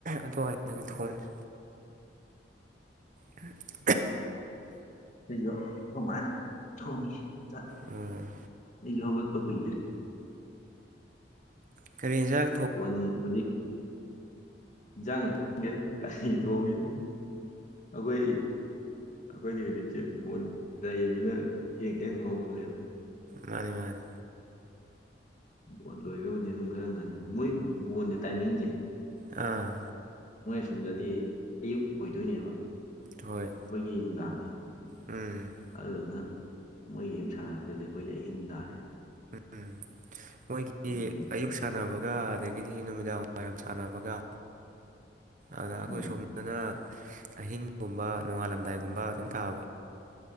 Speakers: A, on the right; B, on the left.
A: ꯑꯗꯨꯋꯥꯏꯗꯒ ꯊꯣꯡꯅꯤ ꯑ <inaudible>
B: ꯁꯤꯁꯨ ꯑꯗꯨꯃꯥꯏꯅ ꯊꯣꯡꯉ <inaudible>
A: ꯎꯝ
B: ꯏ ꯍꯒꯠꯕ ꯀꯣꯏꯗ꯭ꯔꯤ
A: ꯀꯔꯤ ꯏꯟꯁꯥꯡ
B: ꯕꯣꯟ ꯍꯧꯖꯤꯛ ꯏꯟꯁꯥꯡ ꯈꯪꯗꯦꯗ ꯀꯔꯤ ꯊꯣꯡꯉꯤꯅ ꯑꯩꯈꯣꯏ ꯑꯩꯈꯣꯏꯗꯤ ꯍꯧꯖꯤꯛꯁꯦ ꯕ ꯂꯩꯕꯅ ꯊꯦꯡ ꯊꯦꯡ ꯑꯗꯨꯝ ꯍꯧꯒꯠꯂꯦꯕ
A: ꯃꯥꯅꯤ ꯃꯥꯅꯤ
B: ꯕꯣꯟ ꯂꯣꯏꯔꯕꯨꯗꯤ ꯑꯗꯨꯝ ꯈꯔ ꯉꯟꯕ ꯃꯣꯏ ꯕꯣꯟꯁꯦ ꯇꯥꯏꯃꯤꯡꯁꯦ
A: ꯑꯥ
B: ꯃꯣꯏ ꯑꯁꯣꯝꯗꯗꯤ ꯑꯌꯨꯛ ꯑꯣꯏꯗꯣꯏꯅꯦꯕ
A: ꯍꯣꯏ
B: ꯑꯩꯈꯣꯏꯒꯤ ꯅꯨꯡꯗꯥꯡꯁꯦ
A: ꯎꯝ
B: ꯑꯗꯨꯗꯨꯅ ꯃꯣꯏꯒꯤ ꯌꯨꯝ ꯁꯥꯟꯅꯔꯛꯄꯗꯨꯗꯤ ꯑꯩꯈꯣꯏꯁ ꯑꯍꯤꯡ ꯇꯥꯔꯦ
A: ꯎꯝ ꯃꯣꯏꯒꯤ
B: ꯑꯗꯨ ꯌꯦꯡꯕꯗꯗꯤ
A: ꯑꯌꯨꯛ ꯁꯥꯟꯅꯕꯒ ꯑꯗꯒꯤ ꯒꯤꯗꯤ ꯅꯨꯃꯤꯗꯥꯡ ꯋꯥꯏꯔꯝ ꯁꯥꯟꯅꯕꯒ ꯑꯗ ꯑꯩꯈꯣꯏ
B: ꯎꯝ
A: ꯁꯣꯝꯗ ꯑꯗꯨꯅ ꯑꯍꯤꯡꯒꯨꯝꯕ ꯅꯣꯡꯉꯥꯜꯂꯝꯗꯥꯏꯒꯨꯝꯕ ꯑꯗꯨꯝ ꯇꯥꯕ